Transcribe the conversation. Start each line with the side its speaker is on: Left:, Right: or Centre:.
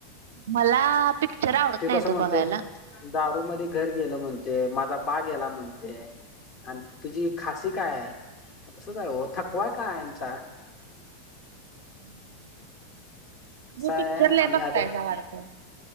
Right: मला पिक्चर आवडत नाही
Left: कसं
Right: तो
Left: म्हणतोय
Right: बघायला.
Left: दारू मध्ये घर गेलं म्हणते. माझा बा गेला म्हणते आणि तुझी खासी काय हाय? तसच आहे थकवा आहे कायमचा.
Right: हम.
Left: कसा
Right: तुम्ही
Left: आहे
Right: पिक्चर लय
Left: आम्ही
Right: बघतायसा
Left: आता
Right: वाटतं.